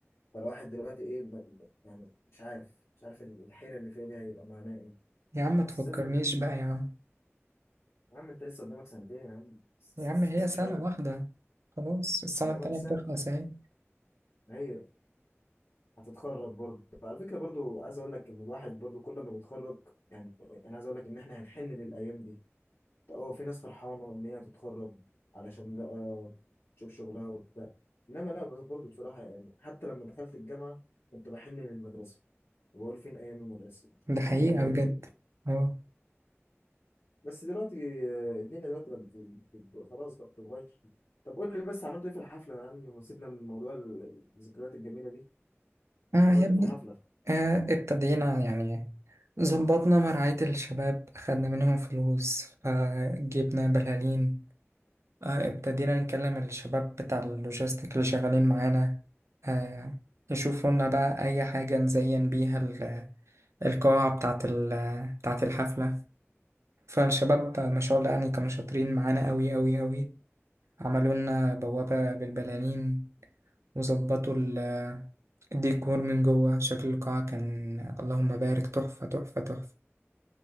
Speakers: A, on the left; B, on the right.
A: فالواحد دلوقتي ايه ما- يعني مش عارف مش عارف ال- الحيرة اللي فيها دي هيبقى معناها ايه
B: يا عم متفكرنيش
A: بس ال-
B: بقى يا عم
A: يا عم انت لسه قدامك سنتين يا عم بس-
B: يا عم
A: بس
B: هي
A: ده
B: سنة
A: شوية
B: واحدة خلاص السنة
A: قدامك
B: التانية
A: سنة
B: بتخلص أهي
A: أيوة هتتخرج برضه على فكرة برضه عايز اقول لك ان الواحد برضه كل ما بيتخرج يعني انا عايز اقول لك ان احنا هنحن للايام دي اه في ناس فرحانة ان هي تتخرج علشان بقى تشوف شغلها وبتاع انما لا بس برضه بصراحة يعني حتى لما دخلت الجامعة كنت بحن للمدرسة وبقول فين ايام المدرسة
B: ده
A: والكلام
B: حقيقة بجد
A: ال...
B: أهو
A: بس دلوقتي آه، الدنيا دلوقتي بقت بت- بت- خلاص بقى بتتغير طب قول لي بس عملت ايه في الحفلة يا عم سيبنا من موضوع الذكريات الجميلة دي
B: آه
A: عملت
B: يا ابني
A: ايه في الحفلة
B: آه ابتدينا يعني ظبطنا مرعاية الشباب خدنا منهم فلوس فجبنا بلالين آه ابتدينا نكلم الشباب بتاع اللوجيستيك اللي شغالين معانا آه يشوفوا لنا بقى أي حاجة نزين بيها ال- القاعة بتاعت ال- بتاعت الحفلة فالشباب ما شاء الله يعني كانوا شاطرين معانا أوي أوي أوي عملوا لنا بوابة بالبلالين وظبطوا ال- الديكور من جوه شكل القاعة كان اللهم بارك تحفة تحفة تحفة